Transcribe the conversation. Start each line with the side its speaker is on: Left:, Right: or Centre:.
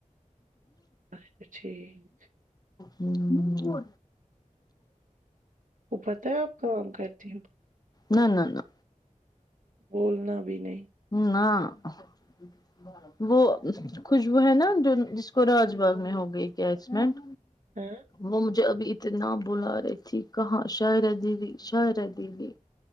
Right: اچھا ٹھیک
Left: ہوں
Right: وہ پتا ہے آپ کام کرتی ہو
Left: نہ نہ نہ
Right: بولنا بھی نہیں
Left: نہ <inaudible> وہ خوشبو ہے نا جو جس کو راج باغ میں ہو گئی کیا ایکسیڈنٹ
Right: ہاں
Left: وہ مجھے ابھی اتنا بلا رہی تھی کہاں شاعرہ دیدی شاعرہ دیدی